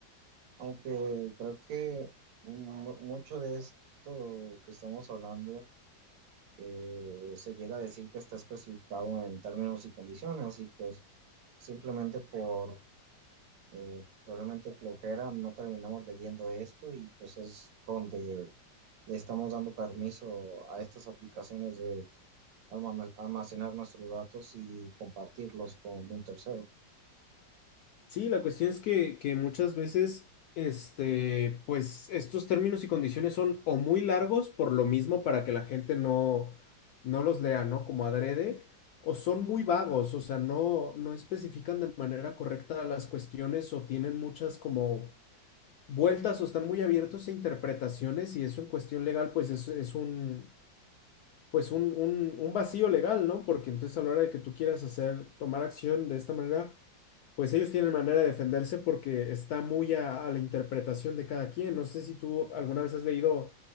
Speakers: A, on the right; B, on the left.
A: Aunque creo que mu- mucho de esto que estamos hablando eh, se llega a decir que está especificado en términos y condiciones y pues simplemente por eh, probablemente flojera no terminamos leyendo esto y pues es donde le estamos dando permiso a estas aplicaciones de alma- almacenar nuestros datos y compartirlos con un tercero.
B: Sí, la cuestión es que, que muchas veces, este, pues estos términos y condiciones son o muy largos por lo mismo para que la gente no, no los lea, ¿no? Como adrede, o son muy vagos, o sea, no, no especifican de manera correcta las cuestiones o tienen muchas como vueltas o están muy abiertos a interpretaciones y eso en cuestión legal pues es, es un, pues un, un, un vacío legal, ¿no? Porque entonces a la hora de que tú quieras hacer, tomar acción de esta manera, pues ellos tienen manera de defenderse porque está muy a, a la interpretación de cada quien. No sé si tú alguna vez has leído